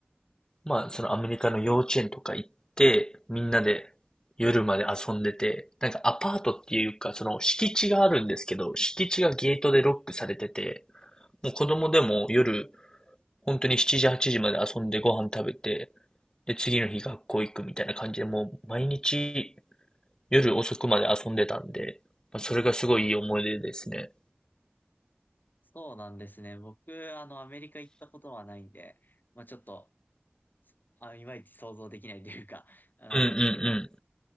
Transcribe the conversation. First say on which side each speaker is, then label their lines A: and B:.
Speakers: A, on the left (about 20°); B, on the left (about 50°).
A: まあ、そのアメリカの幼稚園とか行って、みんなで夜まで遊んでて、なんかアパートっていうか、その敷地があるんですけど、敷地がゲートでロックされてて、もう子供でも夜、本当に7時、8時まで遊んでご飯食べて、で、次の日学校行くみたいな感じで、もう毎日夜遅くまで遊んでたんで、まあ、それがすごいいい思い出ですね。
B: そうなんですね。僕、あの、アメリカ行ったことはないんで、まあちょっと、あ、いまいち想像できないというか、<laughs> なんですけど、
A: うんうんうん。